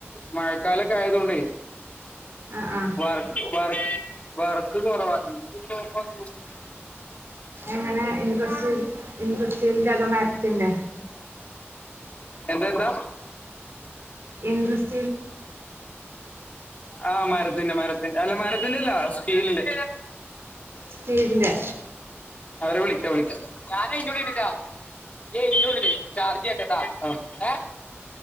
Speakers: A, on the left; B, on the right.
A: മഴക്കാലൊക്കെ ആയതു കൊണ്ടേ
B: ആ ആ
A: വർക്കു വർക്ക് വർക്കു കെറവാ ഇതിപ്പം <unintelligible>
B: എങ്ങനെയാ ഇൻട്രസ്റ്റ് ഇൻട്രസ്റ്റ് സ്റ്റീലിന്റെ അലമാരത്തിന്റെ
A: എന്തായെന്താ
B: ഇൻട്രസ്റ്റ്
A: ആ മരത്തിനു മരത്തിന്റെ മരത്തിന്റെ അല്ല സ്റ്റീലിന്റെ
B: സ്റ്റീലിന്റെ
A: അവരെ വിളി വിളിക്കാം ഞാനതിന്റെ നുള്ളിയിരിക്കാം ഏ സി യുടെ ഉള്ളിലെ ചാർജ് ചെയ്യ്ക്കിട്ടട്ടാ അ ഏ